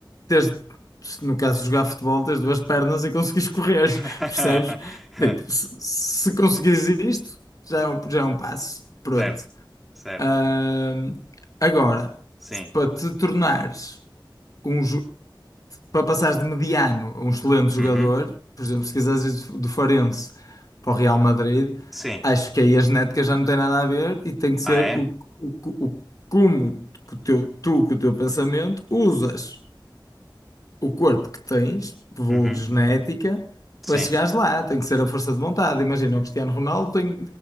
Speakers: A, on the left; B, in the centre.
A: ter, se no caso de jogar futebol, teres duas pernas e conseguires correr,
B: <laughs>
A: <laughs> percebes? Tipo, se, se conseguires isto, já é um, já é um passo, pronto.
B: Certo, certo.
A: Ahm, agora,
B: Sim.
A: se para te tornares um, para passares de mediano a um excelente jogador,
B: Uhum.
A: por exemplo, se quiseres ir do do Farense para o Real Madrid,
B: Sim.
A: acho que aí a genética já não tem nada a ver e tem que ser
B: Ah, é?
A: o, o, o como que o teu, tu, com o teu pensamento, usas o corpo que tens, vulgo
B: Uhum.
A: genética,
B: Sim,
A: para chegares lá. Tem que ser a força de vontade. Imagina, o Cristiano Ronaldo tem,